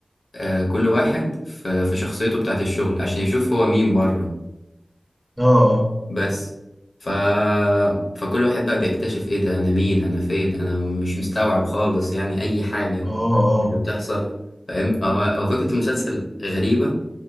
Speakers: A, on the left; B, in the centre.
A: آه كل واحد في, في شخصيته بتاعت الشغل عشان يشوف هو مين بره
B: اه اه
A: بس ف... فكل واحد بقى بيكتشف ايه ده انا مين انا فين انا مش مستوعب خالص يعني اي حاجة
B: اه
A: اللي بتحصل فاهم هو هو فكرة المسلسل غريبة